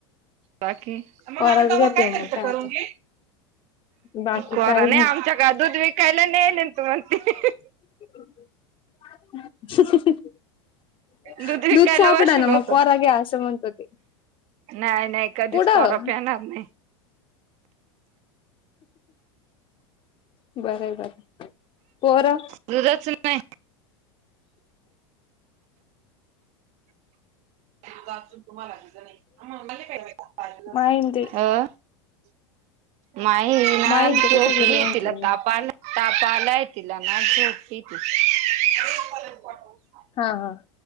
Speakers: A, on the right (about 45°); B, on the left (about 35°).
A: बाकी? मग
B: कोराच
A: आग तेव्हा
B: घ्या पिऊन
A: काय करायचं
B: मग
A: करून
B: आता
A: घे.
B: बाकी
A: कोरा
B: काही
A: नाही, आमच्या काडे दूध विकायला नाही येल <unintelligible>
B: <inaudible>
A: दूध विकायला
B: दुध सापडाना
A: बसेल
B: मग,
A: होत
B: कोरा घ्या आस म्हणत ते.
A: नाही, नाही, कधीच
B: कुठं
A: कोरा पेणार नाही.
B: बराय. कोरा.
A: दुधच नाही. <unintelligible>
B: माईन ते
A: नाही ना,
B: माईन
A: झोपलीय
B: ते कुठे गेले म्हंटले
A: तीला
B: मी
A: ताप आलाय, ताप आलाय तीला नाई झोपलीय. <unintelligible>
B: हा, हा,